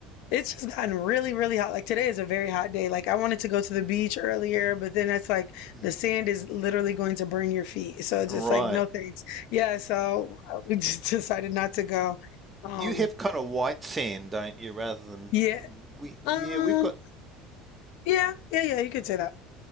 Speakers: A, on the left; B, on the right.
A: it's just gotten really, really hot. Like today is a very hot day. Like I wanted to go to the beach earlier, but then it's like
B: mm.
A: the sand is literally going to burn your feet. So it's
B: Right.
A: just like no thanks. Yeah, so we just <laughs> decided not to go. Um,
B: You have kind of white sand, don't you, rather than
A: yeah,
B: we?
A: um,
B: Yeah, we've got.
A: yeah, yeah, yeah. You could say that.